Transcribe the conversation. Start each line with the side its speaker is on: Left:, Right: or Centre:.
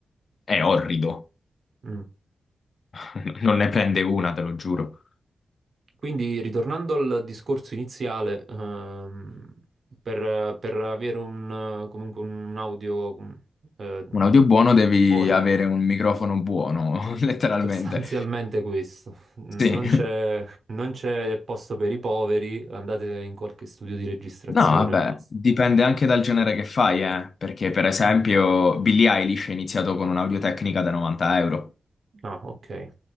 Left: è orrido.
Right: Mm.
Left: <laughs> Non ne prende una, te lo giuro.
Right: Quindi, ritornando al discorso iniziale, ehm, per, per avere un, eh, comunque un audio com- eh,
Left: Un audio buono devi
Right: buono,
Left: avere un microfono buono, <laughs> letteralmente.
Right: sostanzialmente questo, non
Left: <laughs> Sì.
Right: c'è non c'è posto per i poveri, andate in qualche studio di registrazione
Left: No, vabbè,
Right: al massimo.
Left: dipende anche dal genere che fai, eh, perché per esempio
Right: Mm.
Left: Billie Eilish è iniziato con un'audiotecnica da 90 euro.
Right: Ah, ok,